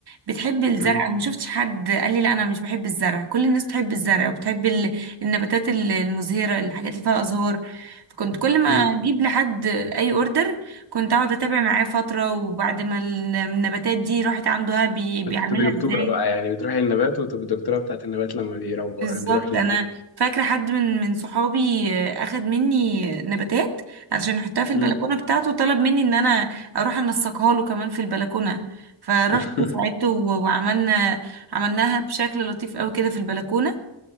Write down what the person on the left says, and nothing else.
مم.
مم.
كنت بتبقي دكتورة
بقى يعني بتروحي النبات وتبقي دكتورة بتاعت النبات لما بيروح
بيروح المكان
مم.
<laughs>